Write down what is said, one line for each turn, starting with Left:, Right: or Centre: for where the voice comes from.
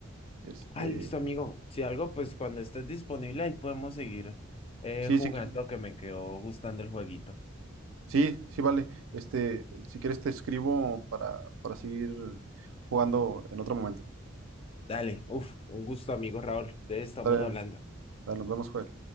Right: Este,
Left: Ah, listo, amigo. Si algo, pues cuando estés disponible ahí podemos seguir eh,
Right: sí,
Left: jugando,
Right: sí, qui-
Left: que me quedó gustando el jueguito.
Right: sí, sí, vale. Este, si quieres te escribo para, para seguir jugando en otro momento.
Left: Dale, uf, un gusto, amigo Raúl. Entonces estamos
Right: Dale,
Left: hablando.
Right: dale, nos vemos, Joel.